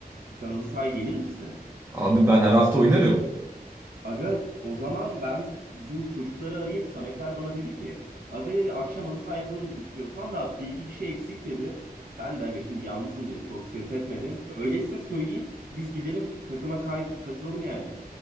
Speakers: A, on the right (about 70°); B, on the right (about 15°).
A: Sen halı sahaya gelir misin?
B: Abi ben her hafta oynarım.
A: Aga o zaman ben s- bizim çocukları arayayım. Sametler bana dedi ki Aga dedi akşam halı saha yaparım istiyorsan da bir iki kişi eksik dedi. Ben de aga şimdi yalnızım diye çok ses etmedim. Öyleyse söyleyeyim biz gidelim takıma kay- katılalım yani.